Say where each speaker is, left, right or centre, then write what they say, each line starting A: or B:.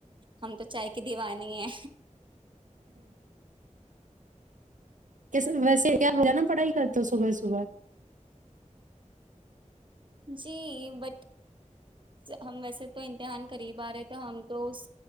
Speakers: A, on the right; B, on the right.
A: ہم تو چائے کی دیوانی ہے
B: کیسے ویسے کیا ہو نا پڑھائی کرتے صبح صبح
A: جی بٹ ہم ویسے تو امتحان قریب آ رہے تو ہم تو اس